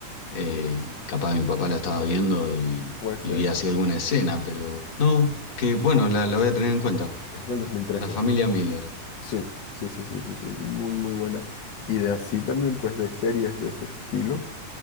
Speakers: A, on the left (about 60°); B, on the left (about 80°).
A: eh, capaz mi papá la estaba viendo y,
B: puede
A: y
B: ser.
A: vi así alguna escena, pero no, que bueno, la, la voy a tener en cuenta.
B: Es del 2013.
A: La familia Miller.
B: Sí, sí, sí, sí, sí, sí, es muy, muy buena. Y de así también, pues, de series de ese estilo,